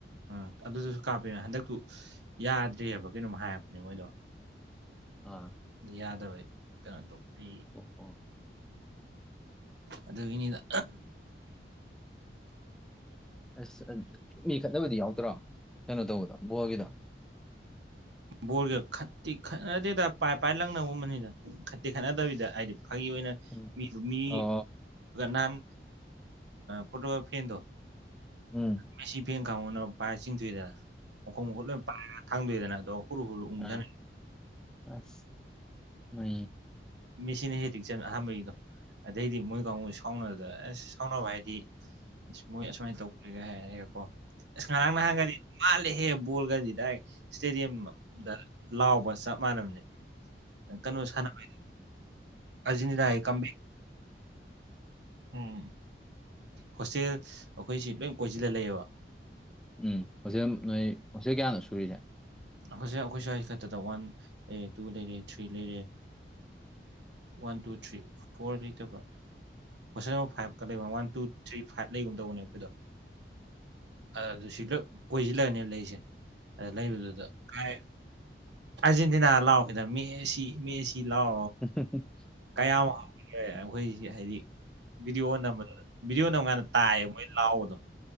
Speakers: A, on the right (about 85°); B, in the centre.
A: ꯑꯥ ꯑꯗꯨꯗꯁꯨ ꯀꯥꯞꯄꯦ ꯍꯟꯗꯛꯇꯨ ꯌꯥꯗ꯭ꯔꯦꯑꯕ ꯀꯩꯅꯣꯝꯃ ꯍꯥꯏꯔꯛꯄꯅꯦ ꯃꯣꯏꯗꯣ
B: ꯑꯥ
A: ꯌꯥꯗꯕ ꯀꯩꯅꯣ ꯇꯧꯕꯤ
B: ꯑꯣꯄꯣꯛ
A: ꯑꯗꯨ ꯏꯅꯤꯗ
B: ꯑꯁ ꯃꯤ ꯈꯠꯅꯕꯗꯤ ꯌꯥꯎꯗ꯭ꯔꯣ ꯀꯩꯅꯣ ꯇꯧꯕꯗ ꯕꯣꯜꯒꯤꯗ
A: ꯕꯣꯔꯒꯠꯇꯤ ꯈꯠꯅꯗꯦꯗ ꯄꯥꯏꯞ ꯄꯥꯏ ꯂꯪꯅꯒꯨꯝꯕꯅꯤꯗ ꯎ ꯈ ꯐꯠꯇꯦ ꯈꯠꯅꯗꯕꯤꯗ ꯍꯥꯏꯗꯤ ꯐꯥꯒꯤ ꯑꯣꯏꯅ
B: ꯎꯝ.
A: ꯃꯤꯗꯨ ꯃꯤ
B: ꯑꯣ
A: ꯅꯍꯥꯟ ꯐꯣꯇꯣꯒ꯭ꯔꯥꯐꯦꯟꯗꯣ
B: ꯎꯝ
A: ꯃꯦꯁꯤ ꯐꯦꯟ ꯈ ꯀꯥꯡꯉꯅ ꯄꯥꯏꯔ ꯆꯤꯡꯊꯣꯏꯏꯗꯅ ꯃꯈꯣꯛ ꯃꯈꯨꯠ ꯂꯣꯏ ꯄꯥꯏꯔꯒ ꯊꯥꯡꯗꯣꯏꯗꯅ ꯑꯗꯣ ꯍꯨꯔꯨ ꯍꯨꯔꯨ ꯎꯪ
B: ꯑꯥ
A: ꯁꯥꯟꯅꯩ
B: ꯑꯁ ꯑ
A: ꯃꯤꯦꯁꯤꯅ ꯍꯦꯛꯇꯤꯛ ꯆꯪ ꯑꯍꯥꯟꯕꯒꯤꯗꯣ ꯑꯗꯩꯗꯤ ꯃꯣꯏ ꯀꯥꯡꯕꯨ ꯁꯥꯎꯅꯔꯗ ꯑꯁ ꯁꯥꯎꯅꯕ ꯍꯥꯏꯗꯤ ꯃꯣꯏ ꯑꯁꯁꯨꯃꯥꯏꯅ ꯇꯧꯒꯦ ꯍꯥꯏꯔꯒꯦ ꯀꯣ ꯑꯁ ꯉꯔꯥꯡ ꯅꯍꯪꯒꯗꯤ ꯍꯦ ꯕꯣꯜꯒꯗꯤ ꯗꯥꯏꯔꯦꯛ ꯏꯁꯇꯦꯗꯤꯌꯝꯗ ꯂꯥꯎꯕ ꯆꯞ ꯃꯥꯟꯅꯕꯅꯦ ꯀꯩꯅꯣ ꯁꯥꯟꯅꯕ ꯑꯔꯖꯦꯟꯇꯅꯥ ꯀ ꯎꯝ ꯍꯣꯁꯇꯦꯜ ꯑꯩꯈꯣꯏꯁꯤ ꯂꯣꯏ ꯀꯣꯏꯁꯤꯜꯂ ꯂꯩꯌꯦꯕ
B: ꯎꯝ ꯍꯖꯤꯦꯜ ꯅꯣꯏ ꯍꯧꯣꯖꯤꯛ ꯀꯌꯥꯅꯣ ꯁꯨꯔꯤꯁꯦ
A: ꯍꯧꯖꯤꯛ ꯑꯩꯈꯣꯏ ꯁ꯭ꯋꯥꯏ ꯈꯛꯇꯗ ꯋꯥꯟ ꯂꯩꯔꯦ ꯇꯨ ꯂꯩꯔꯦ ꯊ꯭ꯔꯤ ꯂꯩꯔꯦ ꯋꯥꯟ ꯇꯨ ꯊ꯭ꯔꯤ ꯐꯣꯔ ꯂꯩꯇꯕ꯭ꯔꯥ ꯐꯣꯁꯟ ꯅꯝꯕꯔ ꯐꯥꯏꯚꯀ ꯂꯩꯕꯣ ꯋꯥꯟ ꯇꯨ ꯊ꯭ꯔꯤ ꯐꯥꯏꯚ ꯂꯩꯒꯨꯝ ꯇꯧꯕꯅꯦ ꯑꯩꯈꯣꯏꯗꯣ ꯑꯗꯨ ꯁꯤꯗ ꯀꯣꯏꯁꯤꯜꯂꯛꯑꯅꯦꯕ ꯂꯩꯁꯦ ꯑꯗ ꯂꯩꯕꯗꯨꯗ ꯀꯥꯏ ꯑꯥꯔꯖꯦꯟꯇꯤꯅꯥ ꯂꯥꯎꯈꯤꯦꯗ ꯃꯦ ꯑꯁꯤ ꯃꯦꯁꯤ ꯂꯥꯎ
B: ꯎꯝ
A: ꯀꯌꯥ ꯑꯃꯦ ꯑꯩꯈꯣꯏꯁꯤ ꯍꯥꯏꯗꯤ ꯚꯤꯗꯤꯑꯣ ꯚꯤꯗꯤꯑꯣ ꯅꯝ ꯀꯥꯟꯗ ꯇꯥꯏꯌꯦ ꯃꯣꯏ ꯂꯥꯛꯑꯣꯗꯣ